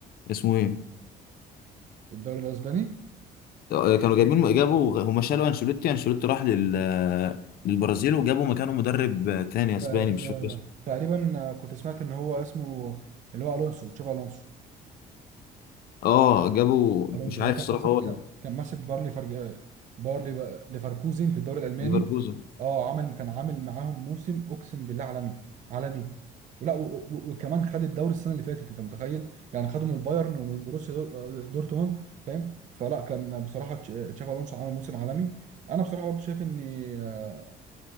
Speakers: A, on the left; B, on the right.
A: اسمه ايه
B: في الدوري الاسباني
A: كانوا جايبين جابوا هم شالوا انشيلوتي انشيلوتي راح لل للبرازيل وجابوا مكانه مدرب تاني اسباني
B: آه
A: مش
B: آه،
A: فاكر اسمه
B: تقريبا آه، كنت سمعت ان هو اسمه اللي هو الونسو تشافي الونسو
A: اه جابوا
B: الونسو
A: مش عارف
B: ده كان
A: الصراحه
B: ماسك
A: هو ولا
B: كان ماسك باير ليفر باير ليف- ليفركوزن في الدوري الالماني
A: ليفركوزن
B: اه عمل كان عامل معاهم موسم اقسم بالله عالمي عالمي ولا و- و- وكمان خد الدوري السنه اللي فاتت انت متخيل يعني خده من البايرن ومن بروسيا دور- آه، دورتموند فاهم فلا كان بصراحه تش- تشافي الونسو عمل موسم عالمي انا بصراحه برضه شايف ان آه،